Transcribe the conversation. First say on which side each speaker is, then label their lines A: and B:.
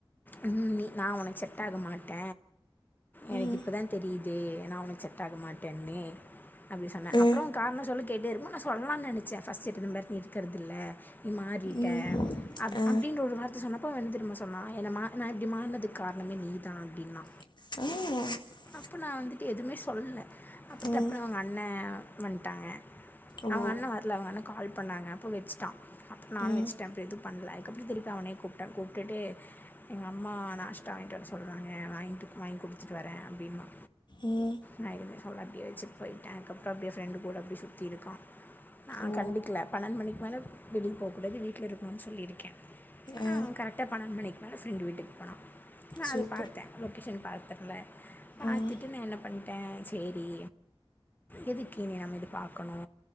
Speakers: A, on the left; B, on the left.
A: ம் நி நா உனக் செட்டாக மாட்ட எனக்கு
B: ம்
A: இப்பதா தெரீ து நா உனக் செட் ஆக மாட்டன்னு அப்டி சொன்ன
B: ஆ
A: அப்பறோ காரணோ சொல்லு எது எருமோ நா சொல்லானு நெனச்ச ஃபஸ்ட் <unintelligible> நீ இருக்கறதில்ல நீ மாறீட்ட
B: ம்
A: அப்
B: ஆ
A: அப்டீன்ற ஒரு வார்த்த சொன்னா ப்ப வந்துரும்மா சொன்னா என்ன மா நா இப்டி மாற்னதுக் காரணமே நீதா அப்டீன்னா
B: ம்
A: அப்ப நா வந்துட்டு எதுமே சொல்ல அப்புற
B: ம்,
A: டப்புன்னு அவுங்கண்ண வந்ட்டாங்க
B: ஓ
A: அவுங்க அண்ண வர்ல அவுங்க அண்ண கால் பண்ணாங்க அப்போ வெச்ட்டா அப்போ நானூ
B: ம்,
A: வெச்ட்ட அப்றோ எது பண்ல அதுக்கப்படி திருப்பி அவனே கூப்டா கூப்டுட்டு எங்க அம்மா நாஷ்டா வாங்கிட்டு வர சொல்றாங்க வாங்கிட்டு வாங்கி குடுத்துட்டு வர அப்டீன்னா
B: ம்
A: நா எதுமே சொல்ல அப்டியே வெச்சிட்டு போயிட்ட அதுக்கப்பற அப்டியே ஃப்ரெண்டு் கூட அப்டியே சுத்திருக்கான் நா
B: ஓ
A: கண்டுக்ல பன்னெண்டு மணிக்கு மேல வெளிய போக்கூடாது வீட்ல இருக்கனுன்னு சொல்லிருக்க ஆனா
B: ஆ,
A: அவன் கரெக்டா பன்னெண்டு மணிக்கு மேலே ஃப்ரெண்டு வீட்டுக்கு போனான் நா
B: சூப்பர்
A: அத பாத்த லொகேஷன் பாத்திருந்த பாத்துட்டு
B: ம்,
A: நா என்ன பண்டே சேரி எதுக்கு இனி நம்ம இத பாக்கணோ